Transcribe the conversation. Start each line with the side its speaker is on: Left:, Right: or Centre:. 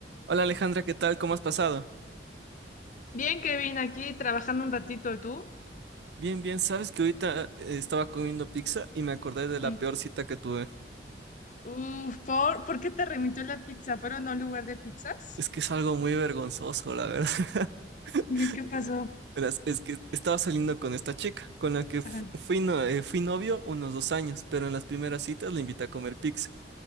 Right: Hola Alejandra, ¿qué tal? ¿Cómo has pasado?
Left: Bien, Kevin, aquí trabajando un ratito, ¿y tú?
Right: Bien, bien, sabes que ahorita eh, estaba comiendo pizza y me acordé de la
Left: Mm.
Right: peor cita que tuve.
Left: Uf, ¿por, por qué te remitió la pizza? ¿Fueron a un lugar de pizzas?
Right: Es que es algo muy vergonzoso, la verdad.
Left: <laughs>
Right: <laughs>
Left: ¿Qué pasó?
Right: Verás, es que estaba saliendo con esta chica, con la que fu-
Left: Ajá,
Right: fui, no- eh, fui novio unos dos años, pero en las primeras citas le invité a comer pizza.